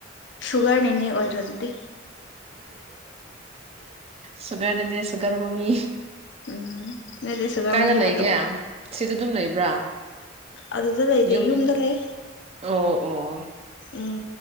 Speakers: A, on the left; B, on the right.
A: ꯁꯨꯒꯔꯅꯤꯅꯦ ꯑꯣꯏꯔ ꯗꯨꯗꯤ
B: ꯁꯨꯒꯔ ꯅꯦꯅꯦ ꯁꯨꯒꯔ ꯃꯃꯤ
A: ꯎꯝ ꯅꯦꯅꯦ ꯁꯨꯒꯔ
B: ꯀꯥꯏꯗ
A: ꯃꯃꯤ
B: ꯂꯩꯒꯦ
A: ꯅꯠꯇꯕꯣꯏ
B: ꯁꯤꯗ ꯑꯗꯨꯝ ꯂꯩꯕ꯭ꯔꯥ
A: ꯑꯗꯨꯗ ꯂꯩꯗꯦ
B: ꯌꯨꯝ
A: ꯌꯨꯝꯗ ꯂꯩ
B: ꯑꯣ ꯑꯣ
A: ꯑꯝ